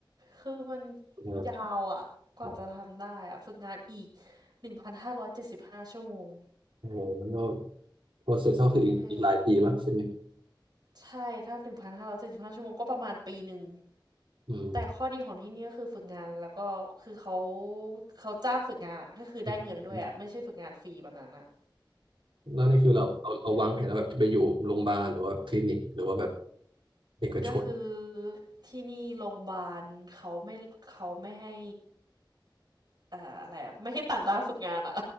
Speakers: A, on the right (about 55°); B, on the right (about 80°).
A: คือมัน
B: เออ
A: ยาวอ่ะกว่าจะทำได้อ่ะฝึกงานอีก
B: แบบ
A: หนึ่งพันห้าร้อยเจ็ดสิบห้าชั่วโมง
B: โอ้โหมันก็โปรเซสก็คืออีกอีกหลายปีปะใช่ไหม
A: เออใช่ ถ้าหนึ่งพันห้าร้อยเจ็ดสิบห้าชั่วโมงก็ประมาณปีหนึ่ง
B: อืม
A: แต่ข้อดีของที่นี่ก็คือฝึกงานแล้วก็คือเขาเขาจ้างฝึกงานอ่ะก็คือได้เงินด้วยอ่ะไม่ใช่ฝึกงานฟรีแบบนั้นอ่ะ
B: อืมแล้วนี่คือเราเราเราวางแผนแล้วแบบจะไปอยู่โรงพยาบาลหรือว่าคลินิกหรือว่าแบบเอกชน
A: ก็คือที่นี่โรงพยาบาลเขาไม่ เขาไม่ให้เอ่ออะไรอ่ะไม่ให้ต่างด้าวฝึกงานอ่ะ